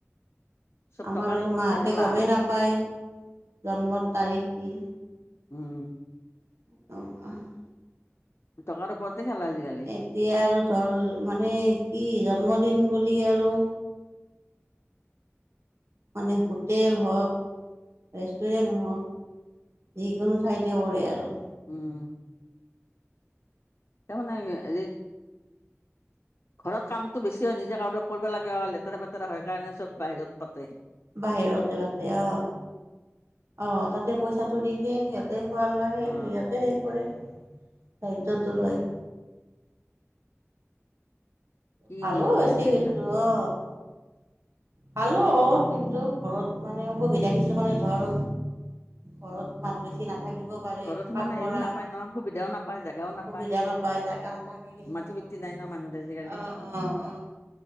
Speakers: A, on the left (about 55°); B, on the right (about 65°).
A: চব
B: আমাৰ
A: টকাৰ
B: আৰু
A: ওপৰতে
B: মাহঁতে
A: খেলা
B: গমেই নাপায় জন্মৰ তাৰিখ কি।
A: উম।
B: <unintelligible>
A: টকাৰ ওপৰতে খেল আজিকালি
B: এতিয়া আৰু ধৰ মানে কি জন্মদিন বুলি আৰু মানে হোটেল হওক, ৰেষ্টুৰেণ্ট হওক, যিকোনো ঠাইতে কৰে আৰু।
A: উম তাৰমানে এৰিত ঘৰত কামতটো বেছি হয়, নিজে কাৰোবাক কৰিব লগা হয় লেতেৰা-পেতেৰা হয় কাৰণে চব বাহিৰত পাতে।
B: বাহিৰতে পাতে অ, অ তাতে পইচাটো দিলে সিহ তাতে খোৱা-লোৱা সেই
A: অ
B: সিহঁতে হেই কৰে দায়িত্বটো লয়।
A: কি
B: ভালো
A: নিয়ম
B: হৈছে
A: ওলাইছে এইবিলাক
B: কিন্তু অ। ভালো অ কিন্তু ঘৰত মানে অসুবিধা কিছুমানে ধৰ ঘৰত মানুহ বেছি নাথাকিব পাৰে
A: ঘৰত সিমান
B: কাম
A: হেৰিও
B: কৰা,
A: নাপায় ন সুবিধাও নাপায় জেগাও
B: অসুবিধা
A: নাপায়
B: নাপ পায়, জাগা নাথাকে কিছুমানৰ
A: মাটি বৃত্তি নাই ন মানুহৰ আজিকালি
B: অ অ অ অ